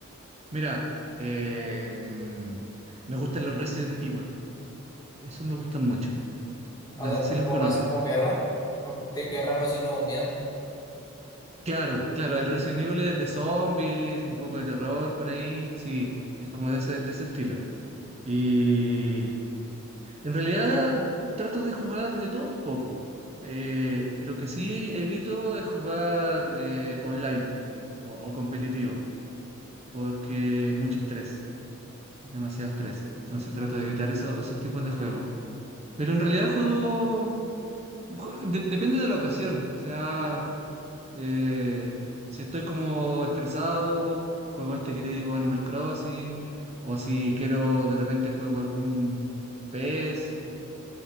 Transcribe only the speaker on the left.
O sea,
tipo
más como guerra, o de guerra no, sino miedo.